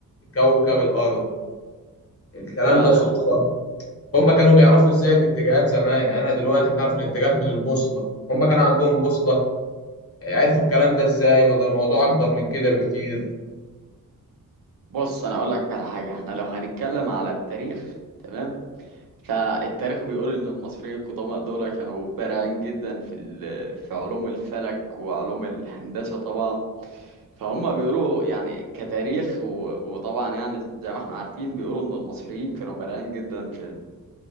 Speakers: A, on the left; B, on the right.
A: كوكب الأرض الكلام
B: فعلا
A: ده صدفة هم كانوا بيعرفوا ازاي الاتجاهات زمان يعني احنا دلوقتي بنعرف الاتجاهات من البوصلة هم كان عندهم بوصلة عرفوا الكلام ده ازاي ولا الموضوع اكبر من كده بكتير
B: بص انا اقول لك على حاجه احنا لو هنتكلم على التاريخ تمام فالتاريخ بيقول ان المصريين القدماء دول كانوا بارعين جدا في ال- في علوم الفلك وعلوم الهندسه طبعا فهم بيقولوا يعني كتاريخ و- وطبعا يعني زي ما احنا عارفين بيقولوا ان المصريين كانوا بارعين جدا في